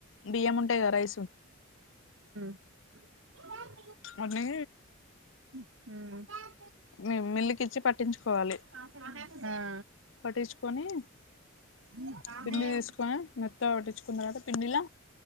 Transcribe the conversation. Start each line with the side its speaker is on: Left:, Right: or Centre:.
Left: బియ్యము ఉంటాయిగ రైసు
Right: <unintelligible>
Left: అని
Right: ఉమ్
Left: మి మిల్లుకి ఇచ్చి పట్టించుకోవాలి
Right: ఆ
Left: పట్టించుకొని
Right: ఉమ్
Left: పిండి తీసుకొని మెత్తగా పట్టించుకున్న తర్వాత పిండిలా